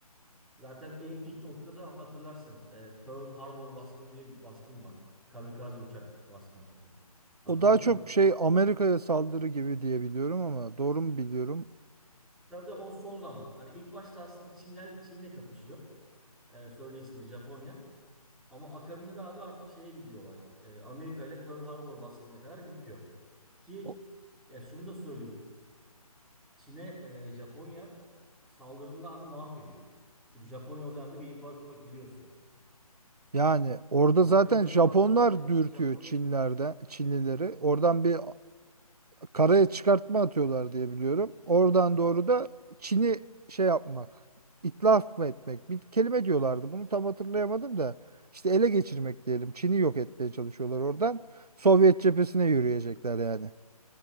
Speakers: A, in the centre; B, on the right (about 80°).
A: Zaten en pik noktada hatırlarsın. e, Pearl Harbor baskını diye bir baskın var. Kamikaze uçak baskını. Hatırladın
B: O daha çok
A: mı?
B: şey Amerika'ya saldırı gibi diye biliyorum ama doğru mu biliyorum?
A: Tabii de o son zaman. Hani ilk başta aslında Çinler Çin'le kapışıyor. E, söyle ismini Japonya. Ama akabinde abi artık şeye gidiyor olay. E, Amerika ile Pearl Harbor baskınına kadar gidiyor. Ki
B: O-
A: ya şunu da söyleyeyim. Çin'e e, Japonya saldırında abi mahvediyor. Çünkü Japonya o dönemde bir imparatorluk biliyorsun.
B: Yani orada
A: O
B: zaten
A: dönemde
B: Japonlar
A: de baktığında
B: dürtüyor
A: Japonya'nın
B: Çinlerde, Çinlileri. Oradan bir karaya çıkartma atıyorlar diye biliyorum. Oradan doğru da Çin'i şey yapmak, itlaf mı etmek? Bir kelime diyorlardı. Bunu tam hatırlayamadım da. İşte ele geçirmek diyelim. Çin'i yok etmeye çalışıyorlar oradan. Sovyet cephesine yürüyecekler yani.